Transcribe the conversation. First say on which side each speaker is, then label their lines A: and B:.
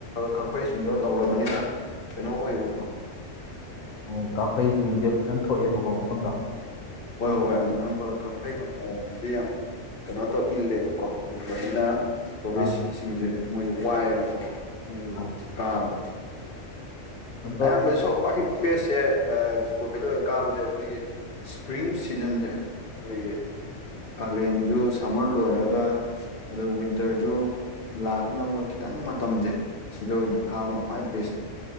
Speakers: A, on the left (about 50°); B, on the left (about 80°).
A: ꯈꯛꯄꯩꯁꯤꯡꯗꯣ ꯇꯧꯔꯕꯅꯤꯅ ꯀꯩꯅꯣ ꯑꯣꯏꯌꯦ ꯄꯄ
B: ꯑꯣ ꯀꯥꯐꯩꯁꯤꯡꯁꯦ ꯐꯖꯅ ꯊꯣꯛꯑꯦꯕꯀꯣ ꯃꯐꯝꯗꯣ
A: ꯍꯣꯏ ꯍꯣꯏ ꯍꯣꯏ ꯑꯗꯨꯃꯥꯏꯅ ꯈꯛ ꯐꯩꯗꯤ ꯌꯥꯝ ꯀꯩꯅꯣ ꯇꯧ ꯏꯜꯂꯦꯕꯀꯣ ꯏꯜꯕꯅꯤꯅ ꯇꯨꯔꯤꯁ
B: ꯑꯥ
A: ꯁꯤꯡꯁꯦ ꯃꯣꯏꯁꯦ ꯋꯥꯏꯑꯦꯕꯀꯣ ꯑꯗꯨꯒꯗꯤ
B: ꯑꯥ
A: ꯀꯥꯕꯗ
B: ꯑꯗꯣ
A: ꯑꯌꯥꯝꯕꯥ ꯁꯣ ꯄꯥꯏ ꯕꯦꯁꯁꯦ ꯀꯣ ꯚꯦꯂꯔꯒ ꯀꯥꯕꯁꯦ ꯑꯩꯈꯣꯏꯒꯤ ꯁꯄ꯭ꯔꯤꯡ ꯁꯤꯖꯟꯁꯦ ꯑꯩꯈꯣꯏꯒꯤ ꯀꯥꯂꯦꯟꯖ ꯁꯝꯃꯔ ꯂꯣꯏꯔꯒ ꯑ ꯋꯤꯟꯇꯔꯖ ꯂꯥꯛꯅꯕ ꯈꯤꯇꯪ ꯃꯇꯝꯁꯦ ꯁꯤꯗ ꯑꯣꯏꯅ ꯀꯥꯕꯅ ꯈ꯭ꯋꯥꯏ ꯕꯦꯁꯅꯤ